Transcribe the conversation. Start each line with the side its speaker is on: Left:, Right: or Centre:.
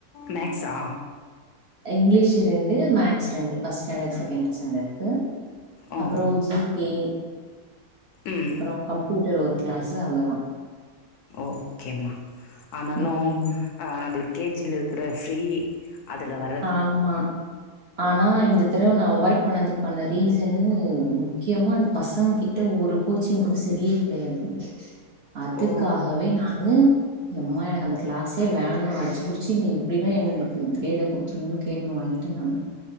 Left: மேக்ஸா
Right: இங்கிலீஷ் ரெண்டு மேக்ஸ் ரெண்டு ஃபஸ்ட் ஸ்டாண்டட் செகண்ட் ஸ்டாண்டட்கு
Left: ஓ!
Right: அப்புறோ ஜி கே
Left: ம்.
Right: அப்புறோ கம்ப்யூட்டர் ஒரு கிளாஸு அவ்ளோதா
Left: ஓகேம்மா ஆனாலு
Right: ம்.
Left: அ நம்பளுக் கேஜில இருக்கற ஃப்ரீ அதுல வர
Right: ஆமா ஆனா இந்த தரவ நா அவாய்ட் பண்ணதுக்கான ரீசனு முக்கியமா அந்த பசங் கிட் ட ஒரு கோச்சிங் கூட செரியே கெடையாதுங் அதுக்காகவே
Left: ஓ!
Right: நானு எம்மா எனக்கு அந்த கிளாஸே வேனா அடிச்சி புடிச்சி நீ எப்டின்னா எங்களுக்கு கிரேட குடுத் ரு கேட்டுன் வாங்கிட்ட நானு